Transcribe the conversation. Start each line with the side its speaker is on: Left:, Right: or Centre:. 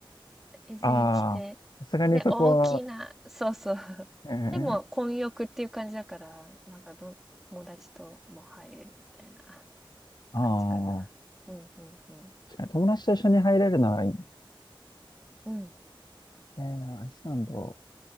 Centre: 水着着て、
Left: ああ、さすがにそこは、
Centre: で、大きな、そうそう。<laughs>
Left: えー、
Centre: でも、混浴っていう感じだから、なんかどん、友達とも入れるみたいな
Left: ああ、
Centre: 感じかな。うんうんうん。
Left: 確かに友達と一緒に入れるならいいね。
Centre: うん。
Left: えー、アイスランド。